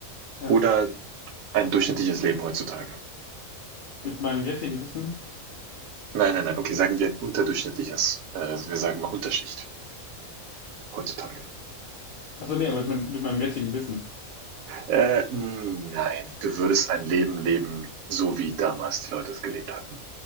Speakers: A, on the left (about 75°); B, on the right (about 85°).
A: Ja.
B: oder ein durchschnittliches Leben heutzutage?
A: Mit meinem jetzigen Wissen?
B: Nein, nein, nein, okay, sagen wir ein unterdurchschnittliches, äh, wir sagen mal Unterschicht heutzutage.
A: Achso, nee, aber mit, mein, mit meinem jetzigen Wissen.
B: Äh, nein, du würdest ein Leben leben, so wie damals die Leute es gelebt hatten.